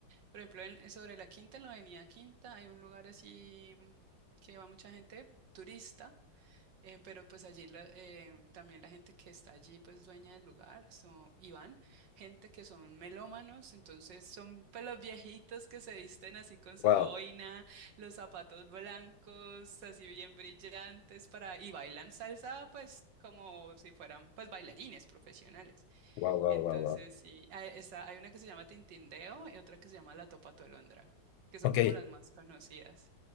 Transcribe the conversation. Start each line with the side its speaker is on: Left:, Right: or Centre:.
Right: por ejemplo, en, sobre la Quinta, en la Avenida Quinta, hay un lugar así que va mucha gente turista eh, pero pues allí la- eh, también la gente que está allí, pues dueña del lugar, son, y van, gente que son melómanos, entonces son pues, los viejitos que se visten así con
Left: Wow.
Right: su boina, los zapatos blancos, así bien brillantes para, y bailan salsa pues como si fueran pues bailarines profesionales.
Left: Wow, wow,
Right: Entonces,
Left: wow, wow.
Right: sí, hay, está, hay una que se llama Tintindeo y otra que se llama La Topa Tolondra, que son
Left: Ok,
Right: como las más conocidas.